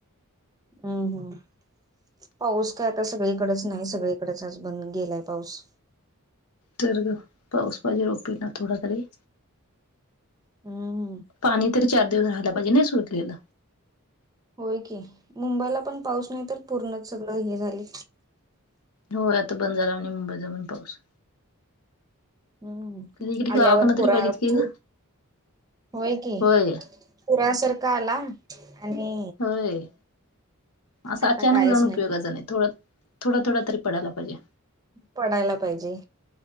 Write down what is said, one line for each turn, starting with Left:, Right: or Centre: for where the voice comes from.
Right: हम्म हम्म पाऊस काय आता सगळीकडेच. नाही सगळीकडेच आज बंद गेलाय पाऊस.
Left: तर गं पाऊस पाहिजे रोपे ना थोडा तरी,
Right: हम्म हम्म
Left: पाणी तरी चार दिवस राहिला पाहिजे नाही सुटलेलं
Right: होय की मुंबईला पण पाऊस नाही तर पूर्णच सगळं हे झाले.
Left: होय आता बंद झाला मुंबईचा पण पाऊस.
Right: हम्म
Left: इकडे गावाकडनं
Right: आल्यावर पुरा
Left: तरी पाहिजेत
Right: <inaudible>
Left: की
Right: होय
Left: ग
Right: की
Left: होय
Right: पुरासारखा आला आणि
Left: होय, असं अचानक
Right: आता कायच
Left: जाऊन उपयोगाचा नाही थोडं थोड थोडा तरी पडायला पाहिजे.
Right: पडायला पाहिजे.